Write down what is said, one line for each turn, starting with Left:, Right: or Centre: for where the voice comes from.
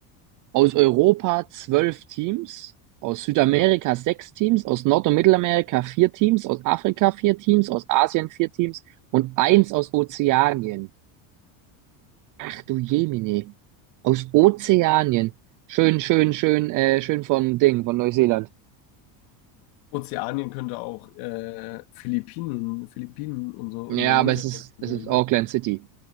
Right: aus Europa zwölf Teams, aus Südamerika sechs Teams, aus Nord- und Mittelamerika vier Teams, aus Afrika vier Teams, aus Asien vier Teams und eins aus Ozeanien. Ach du Jemine. Aus Ozeanien. Schön, schön, schön, äh, schön von Ding, von Neuseeland.
Left: Ozeanien könnte auch äh, Philippinen, Philippinen und so
Right: Ja,
Left: Indonesien
Right: aber es ist,
Left: sein,
Right: es ist
Left: ne?
Right: Auckland City.